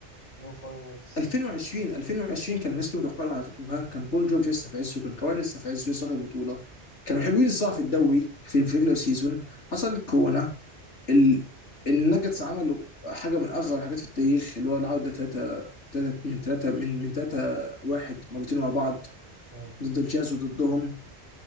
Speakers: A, on the right; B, on the left.
A: نو فاينلز
B: 2020 2020 كان الناس كانوا متوقعين هياخدوها كان بول جورج لسه في عزه كان كواي لسه في عزه لسه واخد بطوله كانوا حلوين الصراحه في الدوري في الريجلر سيزون حصل الكورونا ال... النجتس عملوا حاجه من اغرب الحاجات في التاريخ اللي هو العوده ثلاثه ثلاثه من ثلاثه من من ثلاثه واحد مرتين ورا بعض
A: مم.
B: ضد الجاز وضدهم